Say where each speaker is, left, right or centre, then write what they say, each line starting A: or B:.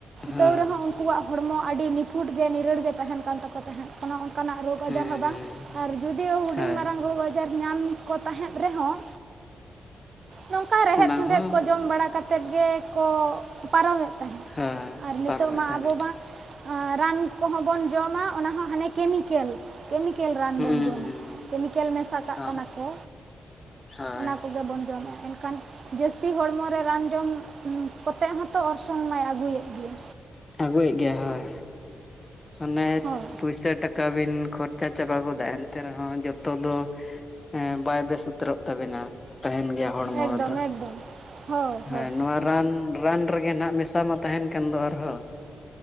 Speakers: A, on the left; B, on the right.
A: ᱦᱳᱭ
B: ᱛᱟᱹᱣ ᱨᱮᱦᱚᱸ ᱩᱱᱠᱩᱣᱟᱜ ᱦᱚᱲᱢᱚ ᱟᱹᱰᱤ ᱱᱤᱯᱷᱩᱴ ᱜᱮ ᱱᱤᱨᱟᱹᱲ ᱜᱮ ᱛᱟᱦᱮᱸᱱ ᱠᱟᱱ ᱛᱟᱠᱚ ᱛᱟᱦᱮᱸᱫ᱾ ᱚᱱᱮ ᱚᱱᱠᱟ ᱱᱟᱜ ᱨᱳᱜᱽ
A: ᱦᱩᱸ
B: ᱟᱡᱟᱨ ᱦᱚᱸ ᱵᱟᱝ ᱟᱨ ᱡᱩᱫᱤᱳ ᱦᱩᱰᱤᱧ
A: ᱦᱳᱭ
B: ᱢᱟᱨᱟᱝ ᱨᱳᱜᱽ ᱡᱟᱨ ᱧᱟᱢ ᱠᱚ ᱛᱟᱦᱮᱸᱫ ᱨᱮᱦᱚᱸ ᱱᱚᱝᱠᱟ ᱨᱮᱦᱮᱫ
A: ᱚᱱᱟ
B: ᱥᱮᱸᱫᱦᱮᱫ
A: ᱦᱚᱸ
B: ᱠᱚ ᱡᱚᱢ ᱵᱟᱲᱟ ᱠᱟᱛᱮᱫ ᱜᱮᱠᱚ ᱯᱟᱨᱚᱢᱮᱫ ᱛᱟᱦᱮᱸᱫ
A: ᱦᱳᱭ
B: ᱟᱨ ᱱᱤᱛᱚᱜ
A: ᱯᱟᱨᱚᱢᱮᱫ
B: ᱢᱟ
A: ᱛᱟᱦᱮᱱᱟ
B: ᱟᱵᱚ ᱢᱟ ᱨᱟᱱ ᱠᱚᱦᱚᱸ ᱵᱚᱱ ᱡᱚᱢᱟ ᱚᱱᱟ ᱦᱚᱸ ᱦᱟᱱᱮ ᱠᱮᱢᱤᱠᱮᱞ, ᱠᱮᱢᱤᱠᱮᱞ ᱨᱟᱱ
A: ᱦᱩᱸ
B: ᱵᱚᱱ ᱡᱚᱢᱟ ᱠᱮᱢᱤᱠᱮᱞ ᱢᱮᱥᱟ ᱠᱟᱜ
A: ᱦᱚᱸ
B: ᱠᱟᱱᱟ ᱠᱚ,
A: ᱦᱳᱭ
B: ᱚᱱᱟ ᱠᱚᱜᱮ ᱵᱚᱱ ᱡᱚᱢᱟ ᱮᱱᱠᱷᱟᱱ ᱡᱟᱹᱥᱛᱤ ᱦᱚᱲᱢᱚᱨᱮ ᱨᱟᱱ ᱡᱚᱢ ᱠᱚᱛᱮᱜ ᱦᱚᱸᱛᱚ ᱚᱨᱥᱚᱝ ᱢᱟᱭ ᱟᱹᱜᱩᱭᱮᱫ ᱜᱮᱭᱟ᱾
A: ᱟᱹᱜᱩᱭᱮᱫ ᱜᱮᱭᱟᱭ ᱦᱳᱭ᱾ ᱟᱱᱮ
B: ᱦᱳᱭ
A: ᱯᱩᱭᱥᱟᱹ ᱴᱟᱠᱟ ᱵᱤᱱ ᱠᱷᱚᱨᱪᱟ ᱪᱟᱵᱟ ᱜᱚᱫᱟ ᱮᱱᱛᱮ ᱨᱮᱦᱚᱸ ᱡᱚᱛᱚ ᱫᱚ ᱦᱮᱸ ᱵᱟᱭ ᱵᱮᱥ ᱩᱛᱟᱹᱨᱚᱜ ᱛᱟᱵᱤᱱᱟ, ᱛᱟᱦᱮᱸᱱ ᱜᱮᱭᱟ ᱦᱚᱲᱢᱚ
B: ᱮᱠᱫᱚᱢ
A: ᱨᱮᱫᱚ
B: ᱮᱠᱫᱚᱢ ᱦᱳᱭ ᱦᱳᱭ
A: ᱦᱮᱸ ᱱᱚᱣᱟ ᱨᱟᱱ ᱨᱟᱱ ᱨᱮᱜᱮ ᱱᱟᱦᱟᱸᱜ ᱢᱮᱥᱟ ᱢᱟ ᱛᱟᱦᱮᱸᱱ ᱠᱟᱱ ᱫᱚ ᱟᱨᱦᱚᱸ᱾